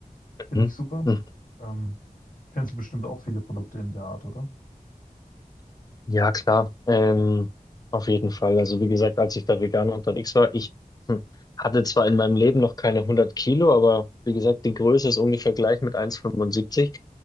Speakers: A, on the left; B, on the left.
A: finde
B: Mhm.
A: ich super. Ähm, kennst du bestimmt auch viele Produkte in der Art, oder?
B: Ja, klar. Ähm, auf jeden Fall. Also wie gesagt, als ich da vegan unterwegs war, ich hm, hatte zwar in meinem Leben noch keine 100 Kilo, aber wie gesagt, die Größe ist ungefähr gleich mit 1,75.